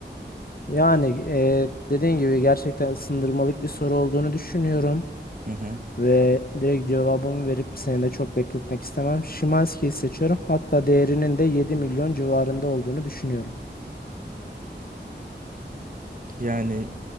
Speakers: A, on the left; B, on the right.
A: Yani e, dediğin gibi gerçekten ısındırmalık bir soru olduğunu düşünüyorum.
B: Hı hı.
A: Ve direkt cevabımı verip seni de çok bekletmek istemem. Şimanski'yi seçiyorum. Hatta değerinin de 7 milyon civarında olduğunu düşünüyorum.
B: Yani